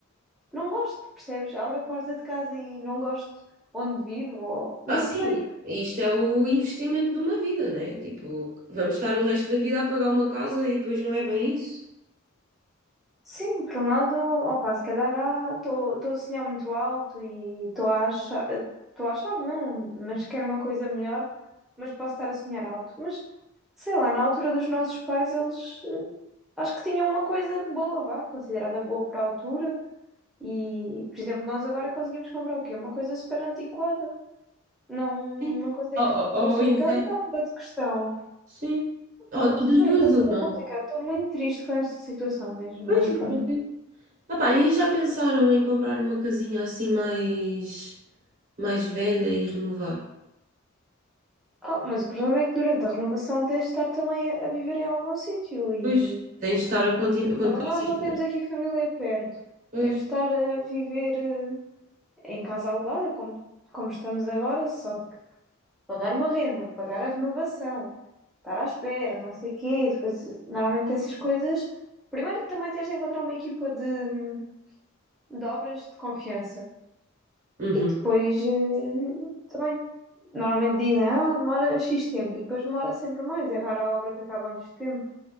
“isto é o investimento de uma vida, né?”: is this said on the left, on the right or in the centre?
Right